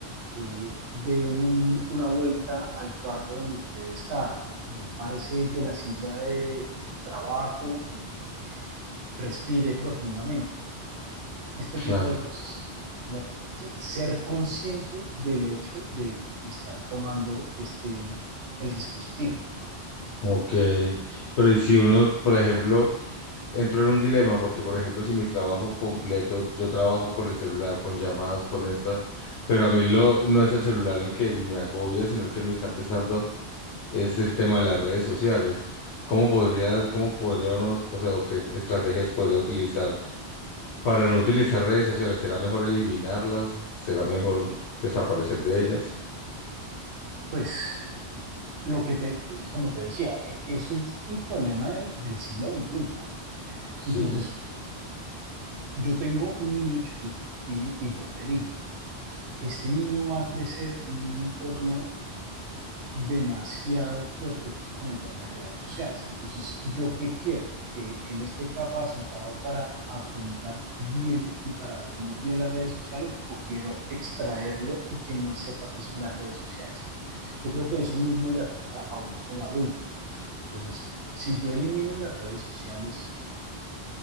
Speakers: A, on the right (about 75°); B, on the left (about 90°).
A: eh, de un- una vuelta al cuarto donde usted está. eh, párese de la silla de- del trabajo y respire profundamente. este
B: claro,
A: tipo de cosas, como que ser consciente del hecho de estar tomando este, el dispositivo.
B: ok. Pero y si uno, por ejemplo, entró en un dilema, porque por ejemplo, si mi trabajo completo, yo trabajo con el celular, con llamadas, con esta, pero a mí lo, no es el celular el que me agobia, sino el que me está empezando es el tema de las redes sociales. ¿Cómo podría, cómo podría uno, o sea, o qué estrategias podría utilizar para no utilizar redes sociales? ¿Será mejor eliminarlas? ¿Será mejor desaparecer de ellas?
A: Pues lo que te, como te decía, e, eso es el problema de, del siglo veintiuno ¿no?
B: Sí,
A: Entonces, yo tengo un niño chiquito y, y yo te digo, este niño va a crecer en un entorno demasiado fuerte con el tema de redes sociales. Entonces, ¿yo qué quiero? Que él esté capacitado para afrontar bien y para asumir bien las redes sociales o quiero extraerlo y que no sepa qué son las redes sociales. Yo creo que eso mismo le aplica a uno como adulto. Entonces, si yo elimino las redes sociales,